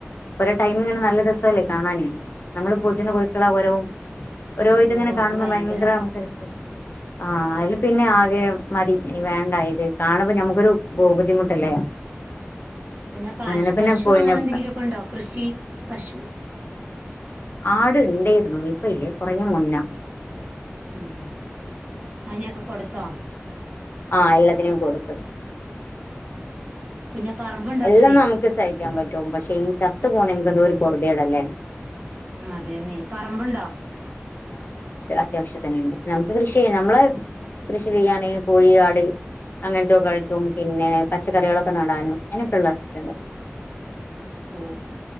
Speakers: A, on the left (about 50°); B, on the right (about 35°).
A: ഓരോ ടൈമിങ്ങനെ നല്ല രസല്ലേ കാണാനേ നമ്മള് പോറ്റുന്ന കോഴികൾ ഓരോ ഓരോ ഇതിങ്ങനെ
B: ഓ
A: കാണുമ്പോ
B: അത് ഭയങ്കരം
A: ഭയങ്കര നമുക്കരു ആ അതില് പിന്നെ ആകെ മടി ഇനി വേണ്ട ഇത് കാണുമ്പ ഞമ്മുക്കൊരു ബുദ്ധിമുട്ടല്ലേ.
B: പിന്നെ പശു
A: അങ്ങനെ
B: പശു
A: പിന്നെ കോഴിനെ
B: അങ്ങനെ എന്തെങ്കിലുമൊക്കെണ്ടോ കൃഷി പശു?
A: ആടു ഉണ്ടായിരുന്നു ഇപ്പ ഇല്ലേ കുറെ മുന്ന.
B: ഉം അതിനെയൊക്കെ കൊടുത്തോ?
A: ആ എല്ലാത്തിനേം കൊടുത്തു.
B: പിന്നെ പറമ്പുണ്ടോ
A: എല്ലാം
B: ഒത്തിരി
A: നമുക്ക് സഹിക്കാൻ പറ്റും പക്ഷെ ഈ ചത്തു പോണെ തൊരു പൊറുതേടല്ലേ.
B: അതെയെന്നെ പറമ്പുണ്ടോ?
A: അത്യാവശ്യം തന്നെയുണ്ട് നമുക്ക് കൃഷി ചെയ്യാം നമ്മളെ കൃഷി ചെയ്യാനിൽ കോഴി, ആട് അങ്ങനത്തോക്കെ ആയിട്ടും പിന്നെ പച്ചക്കറികളൊക്കെ നടാനും, അയിനൊക്കെള്ള ഇതിണ്ട്.
B: ഓ